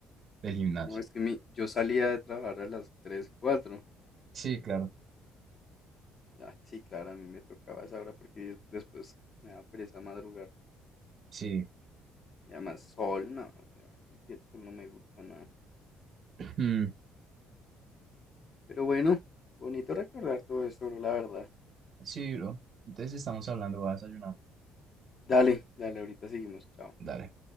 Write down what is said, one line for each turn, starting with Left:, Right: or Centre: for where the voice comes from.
Right: del gimnasio.
Left: No, es que mi, yo salía de trabajar a las 3 cuatro
Right: Sí, claro.
Left: Ah, sí, claro, a mí me tocaba a esa hora porque después me da pereza madrugar.
Right: Sí.
Left: Y además, sol, no, o sea, el sol no me gusta nada.
Right: <clears throat> Mm,
Left: Pero bueno, bonito recordar todo esto, bro, la verdad.
Right: Sí, bro. Entonces estamos hablando, voy a desayunar.
Left: Dale, dale, ahorita seguimos, chao.
Right: Dale.